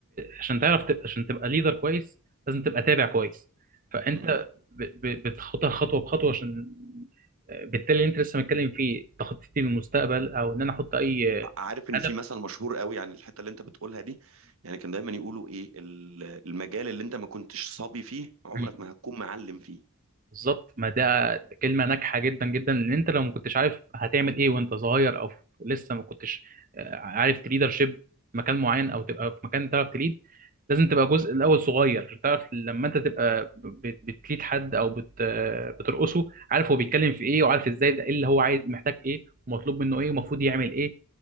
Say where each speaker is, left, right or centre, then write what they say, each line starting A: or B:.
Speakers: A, on the right; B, on the right.
A: عشان تعرف تبقى عشان تبقى ليدر كويس لازم تبقى تابع كويس فانت
B: م-
A: ب... ب... بتخطها خطوه بخطوه عشان بالتالي اللي انت لسه متكلم فيه تخطيطي للمستقبل او ان انا احط اي
B: عارف ان
A: هدف
B: في مثل مشهور قوي يعني الحته اللي انت بتقولها دي يعني كان دايما يقولوا ايه ال- المجال اللي انت ما كنتش صبي فيه عمرك
A: م-
B: ما هتكون معلم فيه
A: بالظبط ما ده ده كلمة ناجحة جدا جدا ان انت لو ما كنتش عارف هتعمل ايه وانت صغير او لسه ما كنتش آه، عارف تليدر شيب مكان معين او تبقى في مكان تعرف تليد لازم تبقى جزء الاول صغير عشان تعرف لما انت تبقى بت- بتليد حد او بت آه، بترقصه عارف هو بيتكلم في ايه وعارف ازاي ده ايه اللي هو عايز محتاج ايه ومطلوب منه ايه ومفروض يعمل ايه